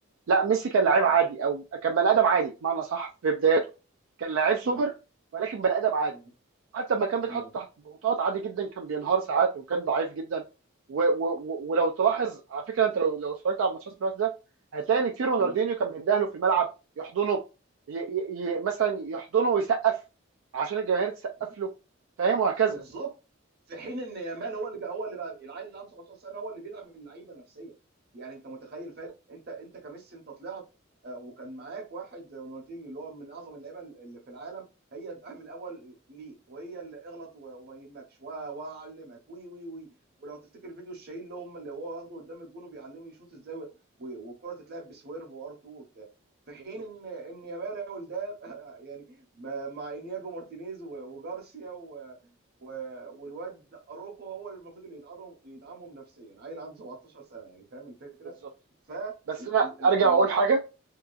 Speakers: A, on the right; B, on the right.
A: لا ميسي كان لعيب عادي او كان بني ادم عادي بمعنى صح في بداياته كان لعيب سوبر
B: مم.
A: ولكن بني ادم عادي
B: مم.
A: حتى لما كان بيتحط
B: مم.
A: تحت ضغوطات عادي جدا كان بينهار ساعات وكان ضعيف جدا و و و ولو تلاحظ على فكره انت لو لو اتفرجت على الماتشات في الوقت ده هتلاقي ان كتير رونالدينيو
B: مم.
A: كان بيندهله في الملعب يحضنه ي ي ي مثلا يحضنه ويسقف عشان الجماهير تسقف
B: مم.
A: له فاهم وهكذا
B: بالظبط في حين ان يامال هو اللي كان- هو اللي بقى العيل اللي عنده 17 سنه هو اللي بيدعم اللعيبه نفسيا يعني انت متخيل
A: بالظبط
B: فاهم انت انت كميسي انت طلعت آه، وكان معاك واحد زي رونالدينيو اللي هو من اعظم اللعيبه اللي في العالم هي الدعم الاول ليك وهي اللي اغلط و- وما يهمكش و- وهعلمك وي وي وي ولو تفتكر فيديو الشهير اللي هم اللي هو واخده قدام الجون وبيعلمه يشوط ازاي و- و- والكره تتلعب بسويرف وار 2 وبتاع في حين
A: بالظبط
B: ان ان يامال يعمل ده <laughs> يعني مع مع انياجو مارتينيز و- وجارسيا و و- والواد اروخو هو اللي المفروض اللي يدعمهم يدعمهم نفسيا عيل عنده 17 سنه يعني فاهم الفكره
A: بالظبط
B: فالمقابل
A: بس انا ارجع اقول حاجه